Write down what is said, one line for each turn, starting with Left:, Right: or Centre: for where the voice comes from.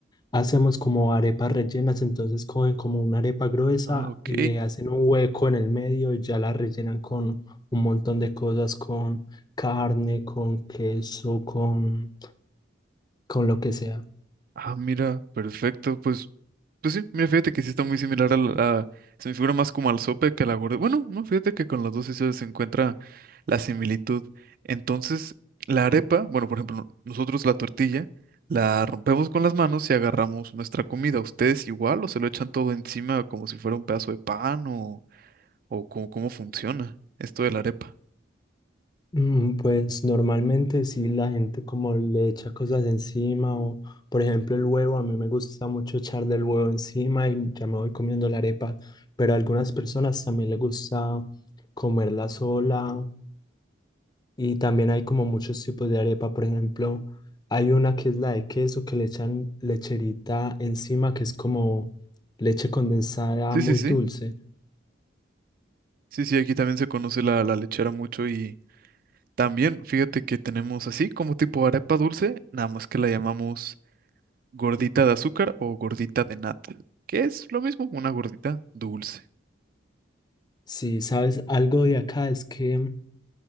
Left: hacemos como arepas rellenas, entonces cogen como una arepa gruesa
Right: Ah, ok.
Left: y le hacen un hueco en el medio y ya la rellenan con un montón de cosas, con carne, con queso, con, con lo que sea.
Right: Ah, mira, perfecto. Pues Pues sí, mira, fíjate que sí está muy similar a, la- a- se me figura más como al sope que a la gorda. Bueno, no, fíjate que con las dos sí se se encuentra la similitud. Entonces, la arepa, bueno, por ejemplo, nosotros la tortilla la rompemos con las manos y agarramos nuestra comida. ¿Ustedes igual o se lo echan todo encima como si fuera un pedazo de pan o, o cómo, cómo funciona esto de la arepa?
Left: Mm, Pues normalmente sí la gente como le echa cosas encima o por ejemplo el huevo, a mí me gusta mucho echarle el huevo encima y ya me voy comiendo la arepa, pero a algunas personas también les gusta comerla sola y también hay como muchos tipos de arepa, por ejemplo hay una que es la de queso que le echan lecherita encima que es como leche condensada
Right: Sí,
Left: muy
Right: sí, sí.
Left: dulce.
Right: Sí, sí, aquí también se conoce la, la lechera mucho y también fíjate que tenemos así como tipo arepa dulce, nada más que la llamamos ¿Gordita de azúcar o gordita de nata? Que es lo mismo, una gordita dulce.
Left: Si sabes algo de acá es que...